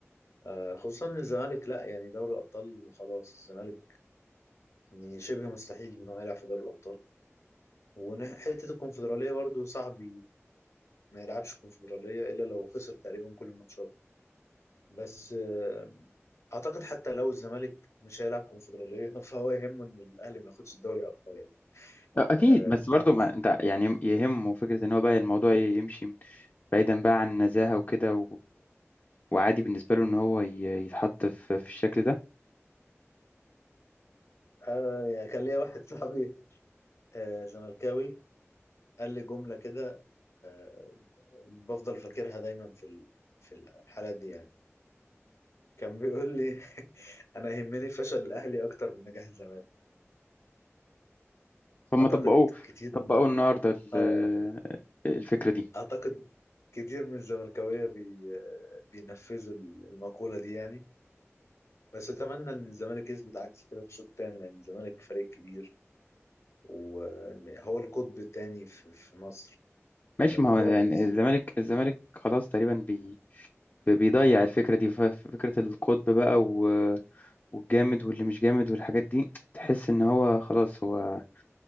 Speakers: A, on the left; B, on the left.
A: آه، خصوصا إن الزمالك لا يعني دوري الأبطال خلاص الزمالك يعني شبه مستحيل إنه يلعب في دوري الأبطال وحتة الكونفدرالية برضو صعب ما يلعبش كونفدرالية إلا لو خسر تقريبا كل الماتشات بس آه، أعتقد حتى لو الزمالك مش هيلعب كونفدرالية <laughs> فهو يهمه إن الأهلي ما ياخدش الدوري أكتر يعني
B: اكيد
A: آه،
B: بس
A: أنت
B: برضه
A: عارف
B: ما انت يعني يهمه فكره ان هو بقى الموضوع يمشي بعيدا بقى عن النزاهه وكده وعادي بالنسبة له إن هو ي- يتحط في في الشكل ده
A: آه، يعني كان ليا واحد صاحبي آه، زملكاوي قال لي جملة كده آه، بفضل فاكرها دايما في ال- في الحالات دي يعني كان بيقول لي <laughs> انا يهمني فشل الاهلي اكتر من نجاح الزمالك
B: فهم
A: فاعتقد
B: طبقوه
A: كتير
B: طبقوه
A: من
B: النهاردة ال-
A: اه
B: الفكرة دي
A: أعتقد كتير من الزملكاوية بي... بينفذوا المقولة دي يعني بس أتمنى إن الزمالك يثبت عكس كده في الشوط التاني لأن الزمالك فريق كبير وهو القطب التاني في, في مصر
B: ماشي
A: يعني
B: ما
A: بيراميدز
B: هو يعني الزمالك الزمالك خلاص تقريبا بي بي- بيضيع الفكرة دي ف- فكرة القطب بقى و- والجامد واللي مش جامد والحاجات دي تحس إن هو خلاص هو